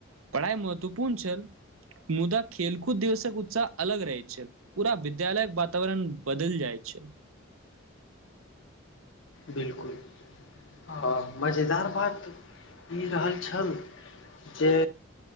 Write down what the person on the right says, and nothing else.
पढ़ाइ महत्वपूर्ण छल मुदा खेलकूद दिवसक उत्साह अलग रहै छल पूरा विद्यालयक वातावरण बदल जाइ छै।